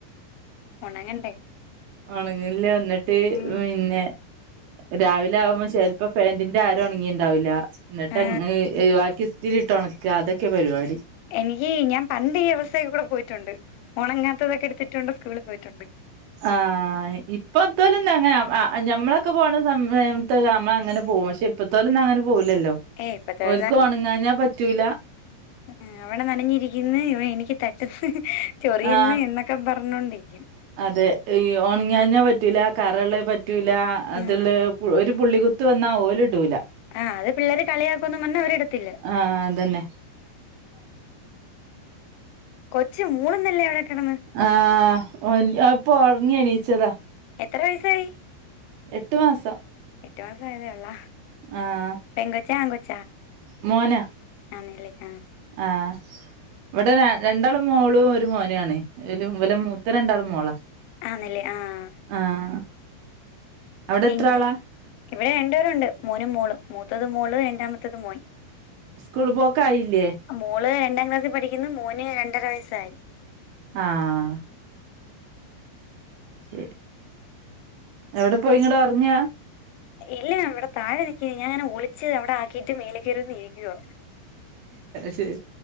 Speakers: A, on the left; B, on the right.
A: ഉണങ്ങണ്ടേ
B: ഒണങ്ങ്ല്ല ന്ന്ട്ട്
A: ഉം
B: പിന്നെ രാവിലെ ആവുമ്പൊ ചെല്‌പ്പം ഫാന്റിന്റെ അര ഒണങ്ങീണ്ടാവില്ല ന്ന്ട്ട്
A: ആ
B: വാക്കി ഇസ്തിരിട്ട് ഒണക്ക അതൊക്കെ പരിവാടി
A: എനിക്ക് ഞാ പണ്ട് ഈ അവസ്ഥെകൂടെ പോയിറ്റുണ്ട് ഒണങ്ങാത്തതൊക്കെ ഇടുത്തിട്ടോണ്ട് സ്കൂളി പോയിറ്റുണ്ട്
B: ആഹ് ഇപ്പത്തോലെന്നെ അങ്ങന ഞമ്മളൊക്കെ പോണ സമയത്ത് നമ്മള അങ്ങന പോവും പഷേ ഇപ്പത്തോലുന്നും അങ്ങനെ പോവുലല്ലോ
A: ഏയ് ഇപ്പത്തെ
B: ഓല്ക്ക് ഒണങ്ങാഞ്ഞാ പറ്റൂല
A: ആഹ് അവടെ നനഞ്ഞിരിക്ക്ന്ന് ഇവ എനിക്ക് തട്ട്ന്ന് ചൊറിയ്ന്ന്
B: ആ
A: എന്ന ക്ക പറഞ്ഞോണ്ടിക്കും
B: അതെ ഈ ഒണിങ്യാഞ്ഞ പറ്റൂല്ല കറള്ളത് പറ്റൂല അത്ള്ള
A: ഉം
B: ഒര് പുള്ളികുത്ത് വന്നാ ഓല് ഇടൂല
A: ആഹ് അത് പിള്ളേര് കളിയാക്കുന്ന് പറഞ്ഞ് അവരിടത്തില്ല
B: ആഹ് അതന്നെ
A: കൊച്ച് മൂള്ന്നല്ലേ അവടെ കെടന്ന്
B: ആഹ് ഓൻ ഇപ്പൊ ഒറങ്ങി എണീച്ചതാ
A: എത്ര വെയസ്സായി
B: എട്ട് മാസം
A: എട്ട് മാസ ആയതെ ഒള്ള
B: ആഹ്
A: പെങ്കൊച്ച ആങ്കൊച്ച
B: മോനാ
A: ആൺല്ലെ ആഹ്
B: ആഹ് ഇവടെ ര രണ്ടാൾ മോളും ഒരു മോനാണ് ഇവല മൂത്ത രണ്ടാളും മോളാ
A: ആണല്ലേ ആഹ്
B: ആഹ് അവിടെ
A: പിന്നെ
B: എത്ര ആളാ
A: ഇവടെ രണ്ടേരുണ്ട് മോനും മോളും മൂത്തത് മോള് രണ്ടാമത്തത് മോൻ
B: ക്കൂൾ പോക്കായില്ലേ
A: മോള് രണ്ടാ ക്ലാസ്സി പഠിക്ക്ന്ന് മോന് രണ്ടര വയസ്സായി
B: ആഹ് ശരി എവടെപ്പോയി ങ്ങട്ടൊറങ്ങാ
A: ഇല്ല ഇവടെ താഴെ നിക്കിണി ഞാങ്ങനെ ഒളിച്ച് അവടെ ആക്കീട്ട് മേല കേറിവന്നിരിക്കുവ
B: ശരി